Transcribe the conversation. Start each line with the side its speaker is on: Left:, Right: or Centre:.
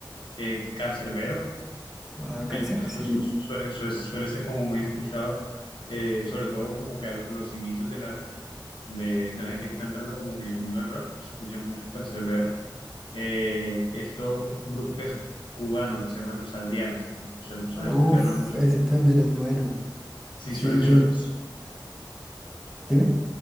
Left: eh, Canserbero,
Centre: A
Left: él
Centre: cáncer,
Left: su-
Centre: sí.
Left: su- su- suele, suele, suele ser como muy escuchado, eh, sobre todo como que a lo- los inicios de las, de, de la gente que está entrando como que en el mundo del rap, se escucha mucho Canserbero. Eh, esto, un grupo que es cubano, que se llama Los Aldeanos también, suel- suelen
Centre: Ah,
Left: escucharlo
Centre: Uf,
Left: mucho.
Centre: ese también es bueno.
Left: Sí,
Centre: Sí,
Left: suelen,
Centre: yo,
Left: suel-
Centre: dime.